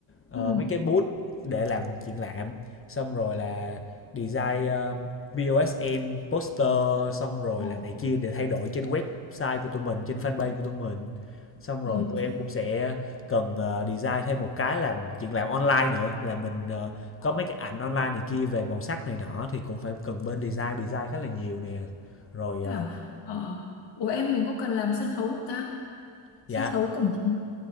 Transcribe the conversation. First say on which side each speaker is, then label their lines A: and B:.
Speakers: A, on the left (about 25°); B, on the left (about 55°).
A: Ờ,
B: ừ,
A: mấy cái booth để làm triển lãm xong rồi là design ờ, POSM poster xong rồi
B: ờ,
A: là này kia để thay đổi trên website của tụi mình trên fanpage của tụi mình xong
B: ừ,
A: rồi tụi em cũng sẽ cần ờ, design thêm một cái làm triển lãm online nữa là mình ờ,
B: ờ.
A: có mấy cái ảnh online này kia về màu sắc này nọ thì cũng phải cần bên design design khá là nhiều nè rồi
B: Thế
A: ờ,
B: là, ờ, của em mình có cần làm sân khấu không ta?
A: dạ
B: Sân khấu cổng chính.